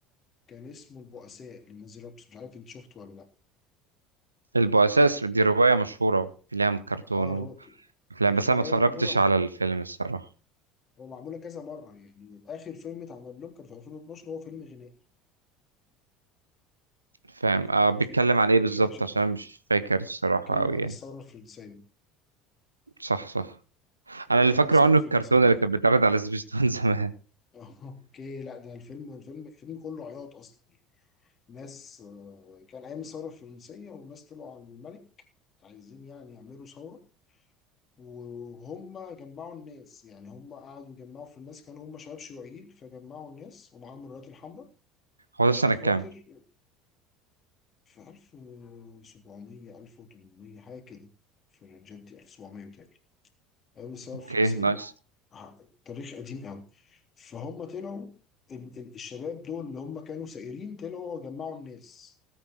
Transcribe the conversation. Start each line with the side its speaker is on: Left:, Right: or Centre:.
Left: كان اسمه البؤساء لنانسي رابس مش عارف انت شفته ولا لا
Right: البؤساء دي روايه مشهوره ليها كرتون
Left: اه الروايه
Right: وافلام
Left: الروايه
Right: بس انا ما اتفرجتش
Left: معموله هو
Right: على الفيلم الصراحه
Left: هو معموله كذا مره يعني اخر فيلم اتعمل لهم كان في 2012 هو فيلم غنائي
Right: فاهم آه
Left: انا
Right: بيتكلم
Left: مش عارف انت ما
Right: عن ايه
Left: بتحبش
Right: بالظبط
Left: الافلام
Right: عشان أنا مش فاكر الصراحه
Left: اتكلم
Right: قوي
Left: عن
Right: يعني
Left: الثوره الفرنسيه
Right: صح صح انا اللي
Left: اتكلم
Right: فاكره
Left: عن الثوره
Right: عنه
Left: الفرنسيه
Right: الكرتون اللي
Left: اه
Right: كان بيتعرض على سبيستون <laughs> زمان
Left: آه، <laughs> اوكي لا ده الفيلم الفيلم الفيلم كله عياط اصلا ناس آه، كان ايام الثوره الفرنسيه وناس طلعوا على الملك عايزين يعني يعملوا ثورة وهم جمعوا الناس يعني هم قعدوا يجمعوا في الناس كانوا هم شباب شيوعيين فجمعوا الناس ومعاهم الرايات الحمراء
Right: هو
Left: عشان
Right: ده في سنه
Left: خاطر
Right: كام
Left: في 1700 1800 حاجة كده في الرنجات دي 1700 بتاعي أيام الثورة
Right: اوكي
Left: الفرنسية
Right: نايس
Left: يعني ع- تاريخ قديم قوي فهم طلعوا ال- ال- الشباب دول اللي هم كانوا سائرين طلعوا جمعوا الناس